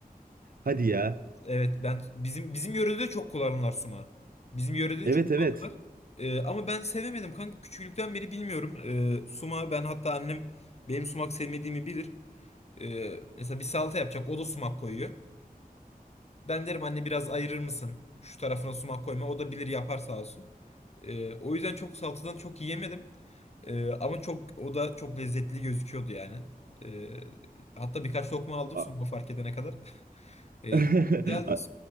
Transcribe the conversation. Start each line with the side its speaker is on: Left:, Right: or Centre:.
Right: Hadi ya.
Left: Evet ben bizim bizim yörede çok kullanırlar sumağı. Bizim yörede
Right: Evet
Left: çok
Right: evet.
Left: kullanırlar. E, ama ben sevemedim kanka. Küçüklükten beri bilmiyorum. E, sumağı ben hatta annem benim sumak sevmediğimi bilir. Ee, mesela bir salata yapacak. O da sumak koyuyor. Ben derim anne biraz ayırır mısın? Şu tarafına sumak koyma. O da bilir yapar sağ olsun. Ee, o yüzden çok salatadan çok yiyemedim. Ee, ama çok o da çok lezzetli gözüküyordu yani. Ee, hatta birkaç lokma aldım
Right: A-
Left: sumak fark edene kadar. <laughs> Ee,
Right: <laughs>
Left: güzeldi.